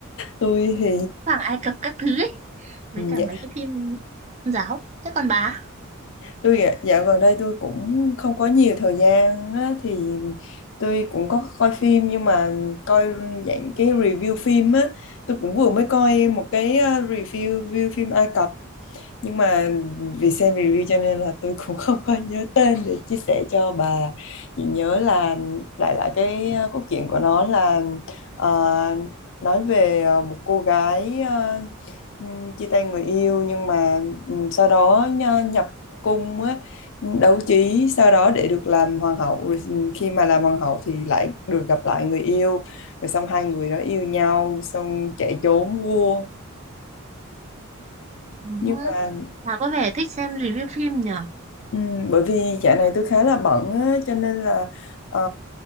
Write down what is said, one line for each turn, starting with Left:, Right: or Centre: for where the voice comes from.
Left: tôi thì
Right: Hoàng Ai Cập các thứ ấy, với cả
Left: dạ,
Right: mấy cái phim tôn giáo. Thế còn bà?
Left: tôi dạ dạo gần đây tôi cũng không có nhiều thời gian á, thì tôi cũng có coi phim nhưng mà coi dạng cái review phim á tôi cũng vừa mới coi một cái ờ, review review phim Ai Cập nhưng mà vì xem review cho nên là tôi cũng <laughs> không có nhớ tên để chia sẻ cho bà chỉ nhớ là đại loại cái uh, cốt truyện của nó là ờ, nói về ờ, một cô gái ờ, ừm, chia tay người yêu nhưng mà ừm, sau đó nh- nhập cung á đấu trí sau đó để được làm hoàng hậu rồi khi mà làm hoàng hậu thì lại được gặp lại người yêu rồi xong hai người đó yêu nhau xong chạy trốn vua
Right: Ừm,
Left: nhưng mà
Right: Bà có vẻ thích xem review phim nhở?
Left: Ừ, bởi vì dạo này tôi khá là bận á, cho nên là ờ,